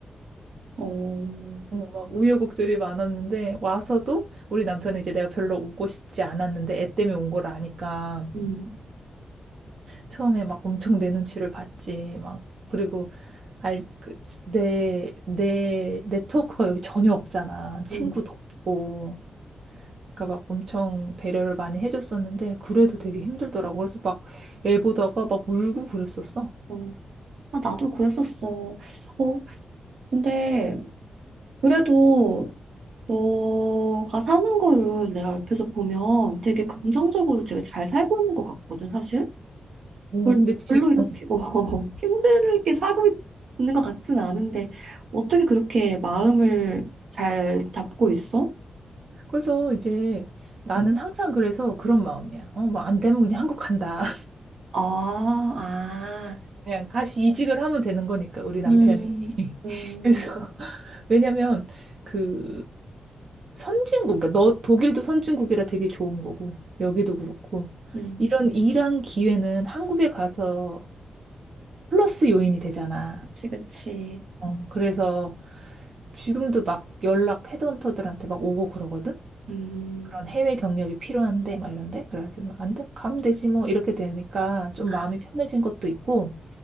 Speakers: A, on the right; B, on the right.
A: 어,
B: 어, 막 우여곡절이 많았는데 와서도 우리 남편은 이제 내가 별로 오고 싶지 않았는데 애 때문에 온 걸 아니까
A: 음,
B: 처음에 막 엄청 내 눈치를 봤지 막 그리고 알, 그, 내, 내, 네트워크가 여기 전혀 없잖아. 친구도
A: 음,
B: 없고. 그러니까 막 엄청 배려를 많이 해줬었는데, 그래도 되게 힘들더라고. 그래서 막 애 보다가 막 울고 그랬었어.
A: 어. 아, 나도 그랬었어. 어, 근데 그래도 너가 사는 거를 내가 옆에서 보면 되게 긍정적으로 되게 잘 살고 있는 것 같거든, 사실.
B: 오,
A: 별-
B: 근데 지,
A: 별로 이렇게
B: 어.
A: 뭐 <laughs> 힘들게 살고 있는 것 같진 않은데 어떻게 그렇게 마음을 잘 잡고 있어?
B: 그래서 이제 나는
A: 음,
B: 항상 그래서 그런 마음이야. 어, 뭐 안 되면 그냥 한국 간다.
A: 아, 아,
B: 그냥 다시 이직을 하면 되는 거니까, 우리 남편이.
A: 음,
B: <laughs>
A: 음,
B: 그래서, <laughs> 왜냐면, 그, 선진국, 그러니까 너, 독일도 선진국이라 되게 좋은 거고, 여기도 그렇고,
A: 음,
B: 이런 일한 기회는 한국에 가서 플러스 요인이 되잖아.
A: 그치, 그치,
B: 어, 그래서 지금도 막 연락 헤드헌터들한테 막 오고 그러거든?
A: 음,
B: 그런 해외 경력이 필요한데, 막 이런데? 그래가지고, 안 돼, 가면 되지 뭐, 이렇게 되니까 좀
A: 아,
B: 마음이 편해진 것도 있고,